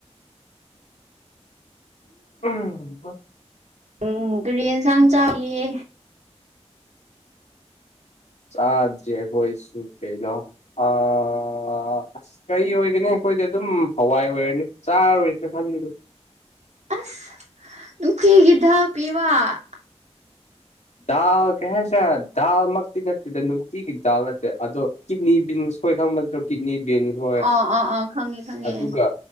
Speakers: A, on the left; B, on the right.
A: ꯎꯝ
B: ꯎꯝ ꯀꯔꯤ ꯏꯟꯁꯥꯡ ꯆꯥꯏꯌꯦ
A: ꯆꯥꯗ꯭ꯔꯤ ꯑꯈꯣꯏꯁꯨ ꯀꯩꯅ‌ꯣ ꯑꯥ ꯀꯔꯤ ꯑꯣꯏꯒꯅꯤ ꯑꯩꯈꯣꯏꯗ ꯑꯗꯨꯝ ꯍꯋꯥꯏ ꯑꯣꯏꯔꯅꯤ ꯆꯥꯔꯣꯏꯁꯤꯔ ꯈꯜꯂꯤ <unintelligible>
B: ꯑꯁ ꯅꯨꯡꯇꯤꯒꯤ ꯗꯥꯜ ꯄꯤꯕꯥ
A: ꯗꯥꯜ ꯀꯩ ꯍꯥꯏꯁꯤꯔ ꯗꯥꯜꯃꯛꯇꯤ ꯅꯠꯇꯦꯗ ꯅꯨꯡꯇꯤꯒꯤ ꯗꯥꯜ ꯅꯠꯇꯦ ꯑꯗꯣ ꯀꯤꯠꯅꯤ ꯕꯤꯟꯁ ꯈꯣꯏ ꯈꯪꯕ ꯅꯇ꯭ꯔ‌ꯣ ꯀꯤꯠꯅꯤ ꯕꯤꯜ ꯍꯣꯏ
B: ꯑꯣ ꯑꯣ ꯑꯣ ꯈꯪꯉꯦ ꯈꯪꯉꯦ
A: ꯑꯗꯨꯒ